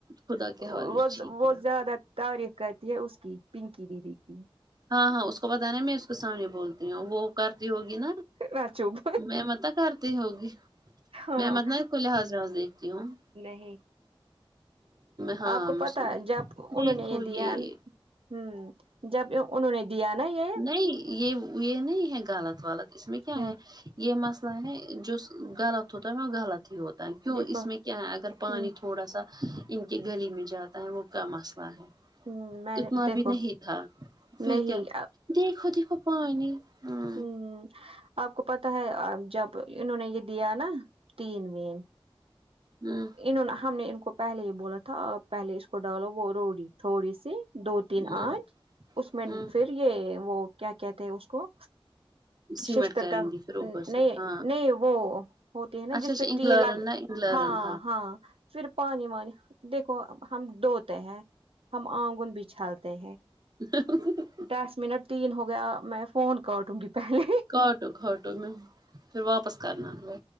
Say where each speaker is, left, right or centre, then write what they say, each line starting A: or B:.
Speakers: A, on the right; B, on the right.
A: خدا کے
B: وہ
A: حوالے ٹھیک
B: وہ
A: ہے
B: زیادہ تعریف کرتی ہے اس کی پنکی دیدی کی
A: ہاں ہاں اس کو بتانا میں اس کے سامنے بولتی ہوں وہ کرتی ہوگی نا
B: راچوب
A: میں مت کرتی ہوگی
B: ہاں
A: میں مطلب کوئی لحاظ وہاز دیکھتی ہوں
B: نہیں
A: ہاں
B: آپ کو پتا جب انہوں
A: دیکھو
B: نے یے
A: یہ
B: دیا ہمم جب انہوں نے دیا نا یے
A: نہیں یے یے نہیں ہے غلط ولط اس میں کیا
B: ہوں
A: ہے یے مسئلہ ہے جو غلط ہوتا ہے وہ غلط ہی ہوتا ہے کیوں
B: دیکھو
A: اس میں کیا ہے اگر
B: ہوں
A: پانی تھوڑا سا ان کے گلی میں جاتا ہے وہ کا مسئلہ ہے
B: ہوں میں
A: اتنا
B: نے دیکھو
A: بھی نہیں تھا پھر
B: نہیں
A: کیا دیکھو دیکھو پانی ہوں
B: ہمم آپ کو پتا ہے جب انہوں نے یے دیا نا تین میں
A: آمم
B: انہوں نے ہم نے ان کو پہلے ہی بولا تھا پہلے اس کو ڈالو وہ روڑی تھوڑی سی دو تین
A: ہوں
B: آٹھ اس میں
A: ہوں
B: پھر یے وہ کیا کہتے اس کو
A: سیمٹ
B: ششر
A: کریں
B: کا
A: گے پھر
B: نہیں
A: اوپر سے ہاں
B: نہیں وہ ہوتی ہے نا
A: اچھا
B: جس
A: اچھا
B: پے
A: انگلرن
B: ٹی لگ
A: نا انگلرن
B: ہاں ہاں پھر پانی وانی دیکھو ہم دوتے ہیں ہم آنگن بچھالتے ہیں
A: ہ <inaudible>
B: دس منٹ تین ہو گیا میں فون کرٹوں گی پہلے
A: کاٹو گٹو میں پھر واپس کرنا اگلا